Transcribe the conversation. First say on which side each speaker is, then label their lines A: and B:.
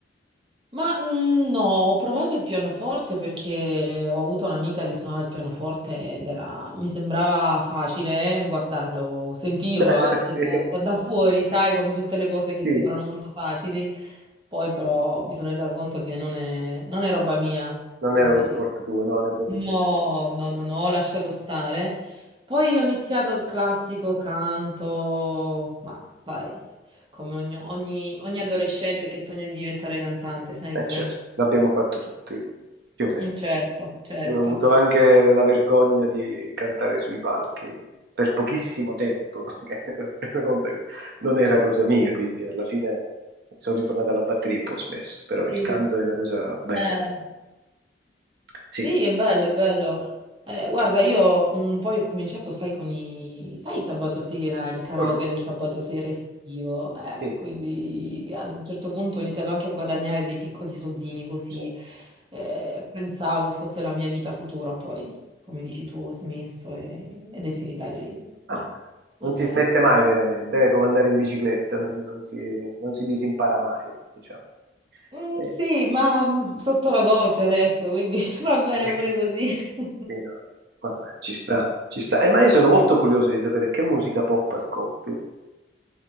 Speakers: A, on the right; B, on the right.
A: Ma mm, no, ho provato il pianoforte perché ho avuto un'amica che suonava il pianoforte ed era, mi sembrava facile eh, guardarlo, sentirlo,
B: <laughs>
A: anzi,
B: Sì,
A: da, da- da fuori, sai, come tutte le cose che
B: sì,
A: sembrano molto facili. Poi però mi sono resa conto che non è, non è roba mia,
B: non
A: quindi
B: era lo sport tuo, no, nemmeno
A: no,
B: il mio.
A: no, no, no, ho lasciato stare. Poi ho iniziato il classico canto, ma vai, come ogni, ogni- ogni adolescente che sogna di diventare cantante, sai
B: Eh
A: com'è?
B: certo, l'abbiamo fatto tutti, più o meno.
A: Mm, Certo, certo.
B: E ho avuto anche la vergogna di cantare sui palchi per pochissimo tempo, <laughs> perché mi sono reso conto che non era cosa mia, quindi alla fine sono ritornato alla batteria e poi ho smesso, però il
A: Sì.
B: canto è una cosa bella.
A: Eh,
B: Sì,
A: Sì, è bello, è bello. Eh, guarda, io mh, poi ho cominciato, sai, con i... sai, sabato sera, il karaoke
B: Mhm.
A: del sabato sera estivo, eh,
B: sì,
A: quindi ad un certo punto ho iniziato anche a guadagnare dei piccoli soldini così,
B: certo.
A: eh, pensavo fosse la mia vita futura, poi, come dici tu, ho smesso e- ed è finita lì.
B: Ah,
A: Ma, vabbè.
B: non si smette mai veramente, è come andare in bicicletta, non, non si, non si disimpara mai, diciamo.
A: Mm,
B: Eh,
A: sì, ma mm, sotto la doccia adesso, quindi <laughs> va bene
B: sì,
A: pure così. <laughs>
B: <laughs> no. Vabbè, ci sta, ci sta. Eh, ma io sono molto curioso di sapere che musica pop ascolti.